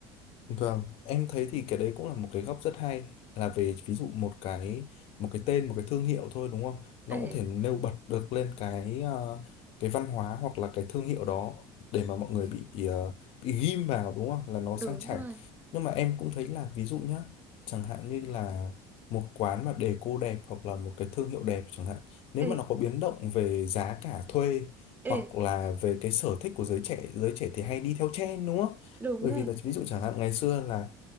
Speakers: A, on the left; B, on the right.
A: Vâng, em thấy thì cái đấy cũng là một cái góc rất hay là về ví dụ một cái một cái tên một cái thương hiệu thôi đúng không? Nó
B: Ê,
A: cũng thể nêu bật được lên cái ờ, cái văn hóa hoặc là cái thương hiệu đó để mà mọi người bị ờ, bị ghim vào đúng không? Là nó
B: đúng
A: sang chảnh.
B: rồi.
A: Nhưng mà em cũng thấy là ví dụ nhá, chẳng hạn như là một quán mà đề cô đẹp hoặc là một cái thương hiệu đẹp chẳng hạn, nếu
B: Ê,
A: mà nó có biến động về giá cả thuê hoặc
B: ê,
A: là về cái sở thích của giới trẻ, giới trẻ thì hay đi theo trend đúng không?
B: đúng
A: bởi
B: rồi.
A: vì là ví dụ chẳng hạn ngày xưa là